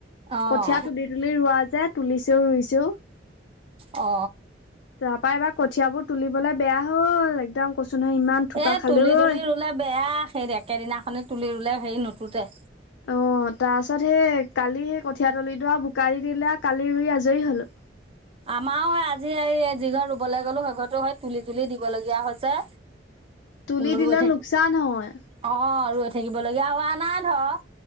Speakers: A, on the right; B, on the left.
A: অঁ
B: কঠিয়া তুলি তুলি ৰোৱা যে- তুলিছেও ৰুইছেও।
A: অঁ।
B: তাৰপা এবাৰ কঠিয়াবোৰ তুলিবলে বেয়া হ'ল একদম কৈছোঁ নহয় ইমান থোপা
A: এ
B: খালে
A: তুলি
B: ঐ।
A: তুলি ৰুলে বেয়া হেৰি একেদিনাখনে তুলি ৰুলে হেৰি নুতোতে।
B: অঁ' তাৰ পাছত সেই কালি সেই কঠিয়া তলিটো আৰু বোকাৰি দিলে কালি ৰুই আজৰি হলোঁ।
A: আমাৰও আজি এই যি ঘৰ ৰুবলৈ গ'লো সেই ঘৰটো সেই তুলি তুলি দিবলগীয়া হৈছে।
B: তুলি
A: ৰৈ
B: দিলে
A: থাকি
B: লোকচান হয়।
A: অঁ' ৰৈ থাকিবলগীয়া হোৱা নাই ধৰ